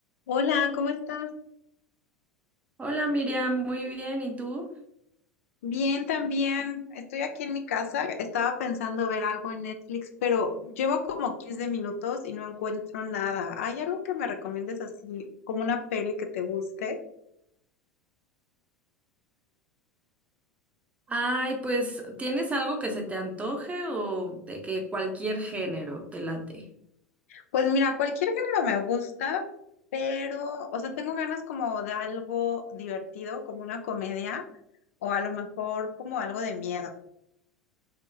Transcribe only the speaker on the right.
Hola Miriam, muy bien, ¿y tú?
Ay, pues, ¿tienes algo que se te antoje o de que cualquier género te late?